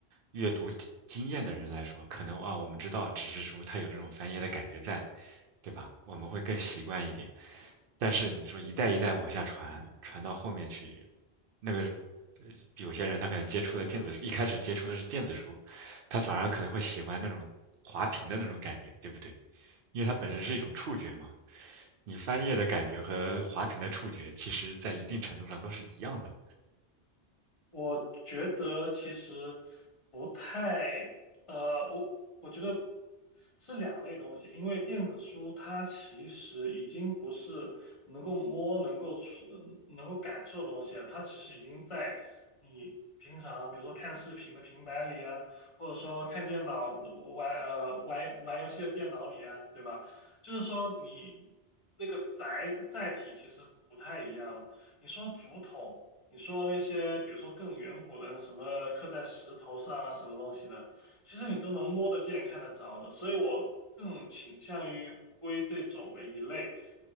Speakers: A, on the right (about 65°); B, on the left (about 30°).
A: 阅读体经验的人来说，可能啊我们知道纸质书它有这种翻页的感觉在，对吧？我们会更习惯一点。但是你说一代一代往下传，传到后面去，那个呃有些人他可能接触的电子，一开始接触的是电子书，他反而可能会喜欢那种滑屏的那种感觉，对不对？因为它本身是一种触觉嘛，
B: 嗯，
A: 你翻页的感觉和滑屏的触觉，其实在一定程度上都是一样的。
B: 我觉得其实不太，呃，我我觉得是两类东西，因为电子书它其实已经不是能够摸、能够触、能够感受的东西了，它其实已经在你平常，比如说看视频的平板里啊，或者说看电脑玩呃玩玩游戏的电脑里啊，对吧？就是说你那个载载体其实不太一样了。你说竹筒。你说那些，比如说更远古的什么刻在石头上啊，什么东西的，其实你都能摸得见、看得着的，所以我更倾向于归这种为一类。